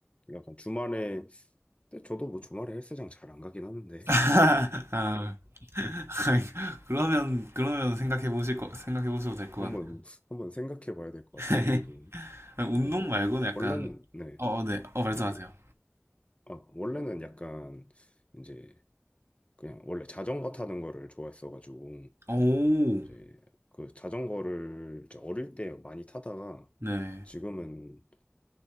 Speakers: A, on the left; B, on the right.
A: 약간 주말에 근데 저도 뭐 주말에 헬스장 잘 안 가긴 하는데
B: <laughs> 아, <laughs> 그러면
A: <laughs>
B: 그러면 생각해 보실 거
A: 네.
B: 생각해 보셔도 될 것
A: 한번
B: 같네요.
A: 한번 생각해 봐야 될
B: <laughs>
A: 것 같은데 그건
B: 아니, 운동
A: 음.
B: 말고는 약간
A: 원래는 네
B: 어, 어, 네. 어, 말씀하세요.
A: 네. 아 원래는 약간 이제 그냥 원래 자전거 타는 거를 좋아했어가지고
B: 오,
A: 이제 그 자전거를 이제 어릴 때 많이 타다가
B: 네.
A: 지금은